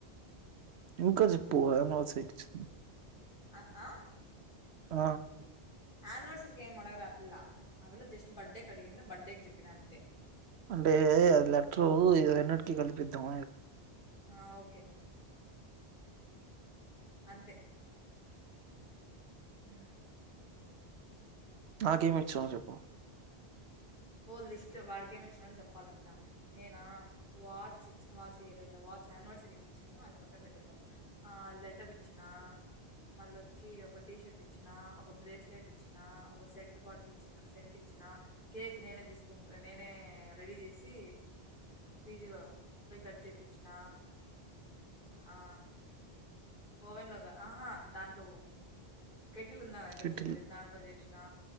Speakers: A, on the right; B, on the left.
A: ఇంకా జెప్పు <unintelligible>
B: ఆ ఆ
A: ఆ
B: ఆనివర్సరీకేం అడగల ఆ పిల్లా ఆ పిల్ల జస్ట్ బర్త్డే కడిగిందన్ బర్త్డేక్ జెప్పినంతే
A: అంటే అది లెట్రు ఈ రెన్నుటికి కల్పిద్దాం
B: ఆ ఓకేలే అంతే ఊ
A: నాకేమిచ్చావ్ జెప్పు
B: ఓ లిస్ట్ వాడికేం ఇచ్చినాడో జెప్పాలంట నేనా వాచ్చి చ్ చ్ వాచ్ఇయలేదు వాచ్ అన్నివెర్సర్య్ కి ఇచ్చాను అన్ పక్కన్పెట్టిద్దాం ఆ లెటర్ ఇచ్చినా మళ్ళొచ్చి ఒక టీషీర్ట్ ఇచ్ ఇచ్చిన ఒక బ్రేస్లెట్ ఇచ్చిన ఒక సెంట్ బాటిల్ ఇచ్చిన సెంట్ ఇచ్చినా కేక్ నేనే దీస్కోన్బోయ్ నేనే రెడీ జేసి పీజీలో పోయి కట్ జేపిచ్చిన ఆ ఓవెన్ లోగా ఆహా దాంట్లో కెటిలున్నాదగ్గర
A: కిటిల్
B: చిన్నది దాంట్లో జేశ్నా